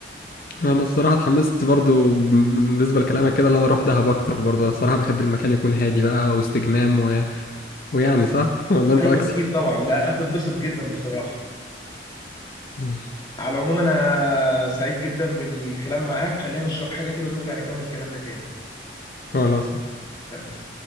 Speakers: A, on the left (about 50°); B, on the left (about 25°).
A: انا الصراحه اتحمست برضو بالنسبه لكلامك كده اللي انا اروح دهب اكتر برضو أنا الصراحه بحب المكان يكون هادي بقى واستجمام و... ويعني صح ولا انت
B: ايوه
A: عكسي
B: اكيد طبعا لا هتتبسط جدا بصراحه
A: مم.
B: على العموم انا سعيد جدا بالكلام معاك خلينا نشرب حاجه كده ونرجع نكمل كلامنا تاني
A: خلاص
B: تمام